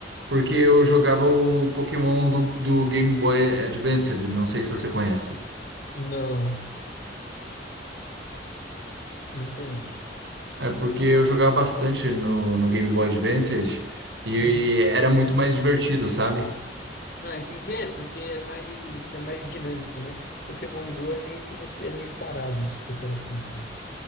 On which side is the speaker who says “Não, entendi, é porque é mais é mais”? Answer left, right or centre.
Left